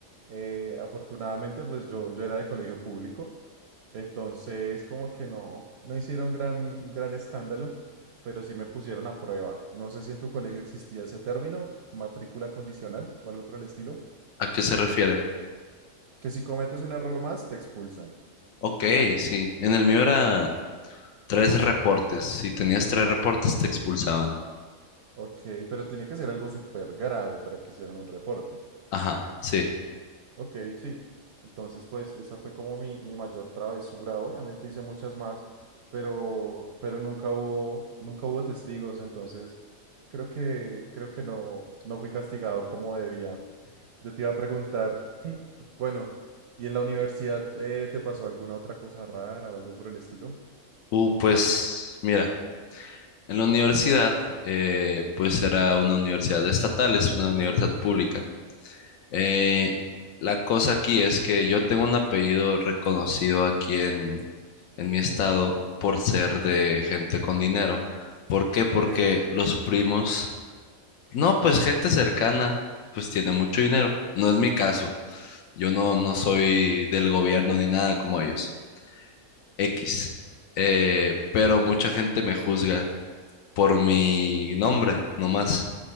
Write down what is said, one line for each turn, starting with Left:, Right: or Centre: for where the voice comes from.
Right: Eh, afortunadamente, pues yo, yo era de colegio público. Entonces, como que no, no hicieron gran, gran escándalo, pero sí me pusieron a prueba. No sé si en tu colegio existía ese término, matrícula condicional o algo por el estilo,
Left: ¿A qué se refiere?
Right: que si cometes un error más, te expulsan.
Left: Ok, sí. En el mío era tres reportes. Si tenías tres reportes, te expulsaban.
Right: Ok, pero tiene que ser algo súper grave para que hicieran un reporte.
Left: Ajá, sí.
Right: Ok, sí. Entonces, pues esa fue como mi, mi mayor travesura. Obviamente hice muchas más, pero, pero nunca hubo, nunca hubo testigos, entonces creo que, creo que no, no fui castigado como debía. Yo te iba a preguntar, <clears throat> bueno, ¿y en la universidad eh, te pasó alguna otra cosa rara o algo por el estilo?
Left: Uh, pues mira, en la universidad, eh, pues era una universidad estatal, es una universidad pública. Eh, la cosa aquí es que yo tengo un apellido reconocido aquí en, en mi estado por ser de gente con dinero. ¿Por qué? Porque
Right: Ok,
Left: los primos, no, pues gente cercana, pues tiene mucho dinero. No es mi caso. Yo no, no soy del gobierno ni nada como ellos. X. Eh, pero mucha gente me juzga por mi nombre, nomás.